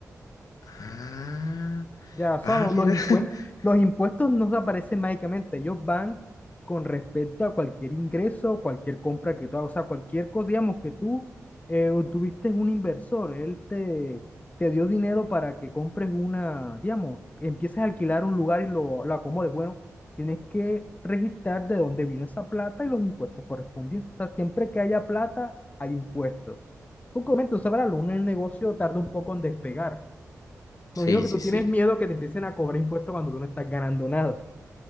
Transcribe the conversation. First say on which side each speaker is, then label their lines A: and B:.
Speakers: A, on the left (about 70°); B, on the left (about 25°).
A: Ah,
B: Ya, o sea,
A: ah,
B: lo- los
A: mira.
B: impuestos,
A: <laughs>
B: los impuestos no desaparecen mágicamente, ellos van con respecto a cualquier ingreso, cualquier compra que tú hagas, o sea, cualquier cosa, digamos, que tú eh, tuviste un inversor, él te, te dio dinero para que compres una, digamos, empieces a alquilar un lugar y lo, lo acomodes. Bueno, tienes que registrar de dónde vino esa plata y los impuestos correspondientes. O sea, siempre que haya plata, hay impuestos. Porque obviamente, tú sabrás, un negocio tarda un poco en despegar.
A: Sí,
B: Me imagino que
A: sí,
B: tú tienes
A: sí.
B: miedo que te empiecen a cobrar impuestos cuando tú no estás ganando nada.